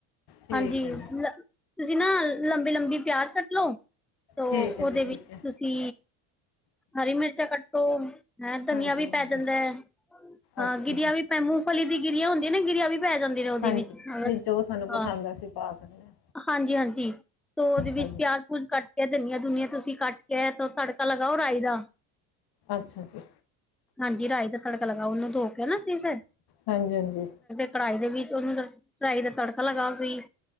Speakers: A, on the left (about 50°); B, in the centre.
A: ਠੀਕ
B: ਹਾਂਜੀ,
A: ਹੈ ਜੀ
B: ਤੁਸੀਂ ਨਾ ਲੰਬੀ-ਲੰਬੀ ਪਿਆਜ਼ ਕੱਟਲੋ ਤੋ,
A: ਠੀਕ ਹੈ
B: ਓਦੇ
A: ਜੀ ਠੀਕ
B: ਵਿੱਚ ਤੁਸੀ
A: ਹੈ
B: ਹਰੀ ਮਿਰਚਾਂ ਕੱਟੋ, ਹੈਂ ਧਨੀਆ
A: ਹਾਂਜੀ
B: ਵੀ
A: ਹਾਂਜੀ
B: ਪੈ ਜਾਂਦਾ ਐ, ਹਾਂ
A: ਅੱਛਾ
B: ਗਿਰੀਆਂ
A: ਜੀ
B: ਵੀ ਐ ਮੂੰਫਲੀ ਦੀ ਗਿਰੀਆਂ ਹੁੰਦੀਆਂ ਨਾ, ਗਿਰੀਆ ਵੀ ਪੈ ਜਾਂਦੇ ਨੇ ਓਦੇ
A: ਹਾਂਜੀ
B: ਵਿੱਚ, ਹੂੰ,
A: ਵੀ ਜੋ ਸਾਨੂੰ ਪਸੰਦ
B: ਹਾਂ,
A: ਹੈ ਅਸੀਂ ਪਾ ਸਕਦੇ ਹਾਂ
B: ਹਾਂਜੀ-ਹਾਂਜੀ। ਤੋ ਓਦੇ
A: ਅੱਛਾ
B: ਵਿੱਚ
A: ਜੀ
B: ਪਿਆਜ ਕੁੱਝ ਕੱਟਕੇ ਧਨੀਆਂ-ਧੁਨੀਆਂ ਤੁਸੀਂ ਕੱਟਕੇ, ਤੜਕਾ ਲਗਾਓ ਰਾਈ ਦਾ।
A: ਅੱਛਾ ਜੀ।
B: ਹਾਂਜੀ ਰਾਈ ਦਾ ਤੜਕਾ ਲੱਗਾਓ, ਓਨੂੰ ਧੋਕੇ ਨਾ ਫਿਰ ਸੇ।
A: ਹਾਂਜੀ-ਹਾਂਜੀ।
B: ਕੜਾਈ ਦੇ ਵਿੱਚ ਓਨੂੰ, ਰਾਈ ਦਾ ਤੜਕਾ ਲਗਾਓ ਵੀ,